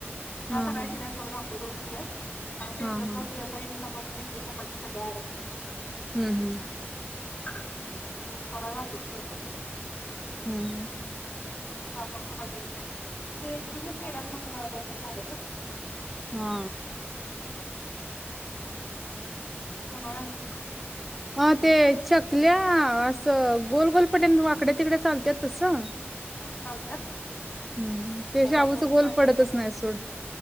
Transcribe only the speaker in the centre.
हा
हा
हा हा
हम्म हम्म.
हम्म हम्म.
हा.
अ ते चकल्या असं गोल गोल पट वाकड्या तिकड्या चालत तसं
हम्म हम्म ते
शाबूचं
गोल
पडतच नाही सोड